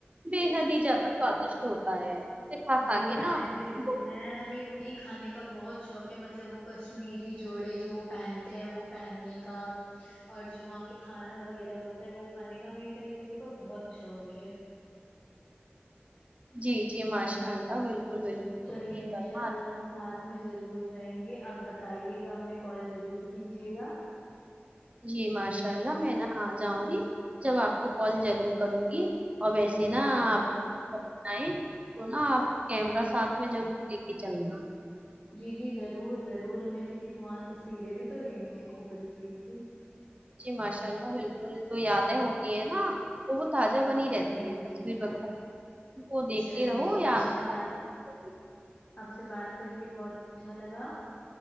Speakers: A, on the right; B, on the left.
A: بےحد ہی جیادہ سوادشٹ ہوتا ہے اسے کھا
B: جی
A: کھا
B: یہ
A: کے
B: تو
A: نا
B: میں نے بھی سنا
A: وہ-
B: ہے ہمیں وہی کھانے کا بہت شوق کہ مطلب وہ کشمیری جوڑے جو وہ پہنتے ہیں وہ پہننے کا اور جو وہاں کے کھانا وغیرہ ہوتا ہے وہ کھانے کا ہمیں ساری چیزوں کا بہت شوق ہے
A: جی جی ماشاء اللہ بالکل بالکل
B: چلیے
A: صحیح
B: انشاء
A: فرما
B: اللہ ساتھ میں ضرور جائیں گے آپ بتائیے گا ہمیں کال ضرور کیجیے گا
A: جی ماشاء اللہ میں نہ آ جاؤں گی جب آپ کو کال ضرور کروں گی اور ویسے
B: جی
A: نا
B: جی
A: آپ پر جائے تو نا آپ کیمرہ ساتھ میں ضرور لے کے چلنا
B: جی جی ضرور ضرور ہمیں کیونکہ وہاں تصویریں بھی تو لینی ہے خوب اچھی اچھی
A: جی ماشاء اللہ بالکل جو یادیں ہوتی ہیں نا تو وہ تازہ بنی رہتی
B: جی
A: ہے
B: جی
A: تصویر وغیرہ کو دیکھتے
B: چلیے
A: رہو
B: انشاء
A: یاد
B: اللہ
A: ہے۔
B: آپ سے بات کر کے بہت اچھا لگا